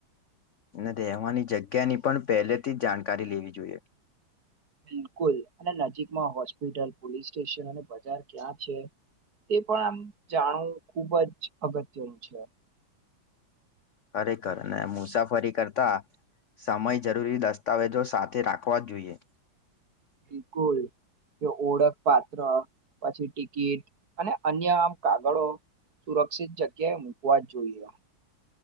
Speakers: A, on the left; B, on the right.
A: અને રહેવાની જગ્યાની પણ પહેલેથી જ જાણકારી લેવી જોઈએ
B: બિલકુલ અને નજીકમાં હોસ્પિટલ પોલીસ સ્ટેશન અને બજાર ક્યાં છે તે પણ આમ જાણવું ખુબ જ અગત્યનું છે
A: ખરેખર ને મુસાફરી કરતા સમય જરૂરી દસ્તાવેજો સાથે રાખવા જોઈએ
B: બિલકુલ કે ઓળખ પાત્ર પછી ટિકિટ અને અન્ય આમ કાગળો સુરક્ષિત જગ્યાએ મૂકવા જ જોઈએ